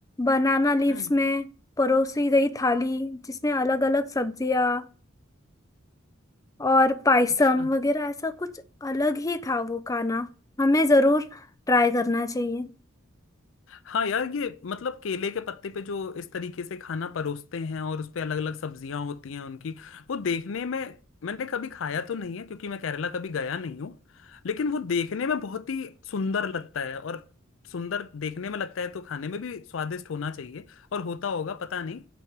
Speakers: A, on the left (about 15°); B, on the left (about 70°).
A: बनाना लीव्स
B: हम्म
A: में परोसी गई थाली जिसमें अलग अलग सब्जियां और पायसम
B: अच्छा
A: वगैरह ऐसा कुछ अलग ही था वो खाना हमें जरूर ट्राई करना चाहिए
B: हाँ यार ये मतलब केले के पत्ते पे जो इस तरीके से खाना परोसते हैं और उस पे अलग अलग सब्जियां होती हैं उनकी वो देखने में मैंने कभी खाया तो नहीं है क्योंकि मैं केरला कभी गया नहीं हूँ लेकिन वो देखने में बहुत ही सुंदर लगता है और सुंदर देखने में लगता है तो खाने में भी स्वादिष्ट होना चाहिए और होता होगा पता नहीं